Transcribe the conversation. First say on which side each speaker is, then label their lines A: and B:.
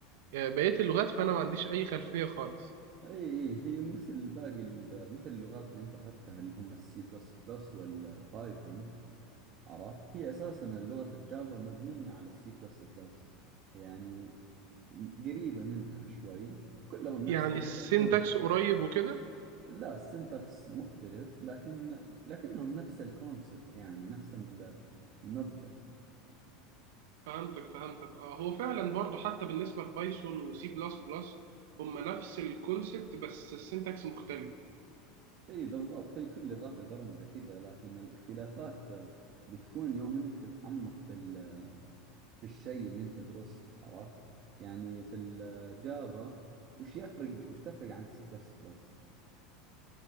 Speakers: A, on the right; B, on the right.
A: آه بقية اللغات فانا ما عنديش اي خلفية خالص
B: اي اي هي مثل باقي ال- مثل اللغات اللي انت اخذتها اللي هم السي بلس بلس والبايثون عرفت هي اساسا لغة الجافا مبنية على السي بلس بلس يعني قريبة منها شوي كلهم
A: يعني
B: نفس
A: السينتاكس
B: الكونسبت
A: قريب وكده
B: لا السنتكس مختلف لكن لكنهم نفس الكونسبت يعني نفس ال- المبدأ
A: فهمتك فهمتك اه هو فعلا برضو حتى بالنسبة لبايثون وسي بلس بلس هم نفس الكونسبت بس السينتاكس مختلف
B: اي بالضبط هي كل لغات البرمجة كذا لكن الاختلافات آه، بتكون يوم انك تتعمق في ال- في الشيء اللي انت تدرسه عرفت يعني في الجافا وش يفرق وش تفرق عن السي بلس بلس